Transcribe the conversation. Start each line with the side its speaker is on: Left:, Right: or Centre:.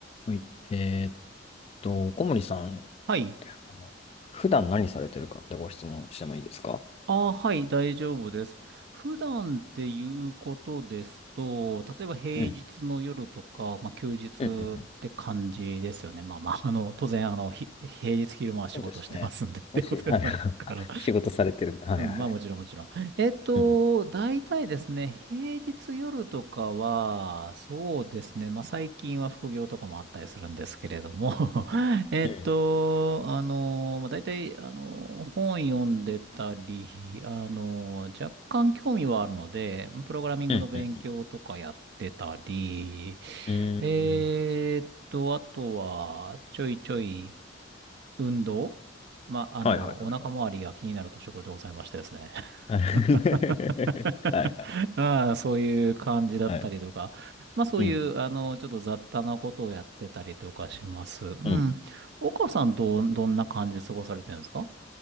Left: はい。えーっと、小森さん、
Right: はい。
Left: あの普段何されてるかってご質問してもいいですか
Right: ああ、はい、大丈夫です。普段っていうことですと、例えば平日の夜とか、
Left: うん。
Right: まあ、休日って感じですよね。
Left: うんうんうん。
Right: まあまあ、あの、当然、あの、ひ平日昼間は仕事してますんでってことになるから。
Left: そうですね。もし、はい。<laughs> 仕事されてる。はいはいはい。
Right: うん、まあもちろんもちろん。えっと、
Left: うんう
Right: 大体ですね、平日夜とかは、そうですね、まあ最近は副業とかもあったりするんですけれども <laughs> えっと、
Left: ん
Right: あの、まあ大体、あの、本読んでたり、あの、若干興味はあるので、プログラミングの勉強とかやってたり、
Left: うんうんうん。
Right: えっと、
Left: うーん。
Right: あとは、ちょいちょい運動まあ、あの、
Left: はいはいはいはい。
Right: お腹周りが気になる年頃でございましてですね。
Left: <laughs> はい
Right: <laughs>
Left: はい。
Right: ああ、そういう感じだったりとか。
Left: はい。
Right: まあそういう、
Left: うん。
Right: あの、ちょっと雑多なことをやってたりとかします。うん。
Left: うん
Right: 岡さん、どう、どんな感じで過ごされてるんですか